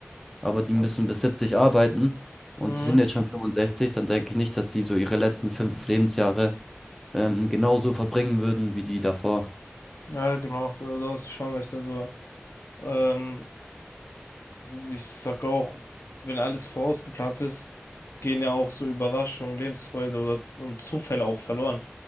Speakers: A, in the centre; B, on the left.
A: Aber die
B: Ja.
A: müssen bis 70 arbeiten und
B: Mhm.
A: die sind jetzt schon 65, dann denke ich nicht, dass die so ihre letzten fünf Lebensjahre ähm, genauso verbringen würden wie die davor.
B: Ja, genau, so, das ist schon echt. Also, ähm, Ich sag auch, wenn alles vorausgeplant ist, gehen ja auch so Überraschungen, Lebensfreude oder und Zufälle auch verloren.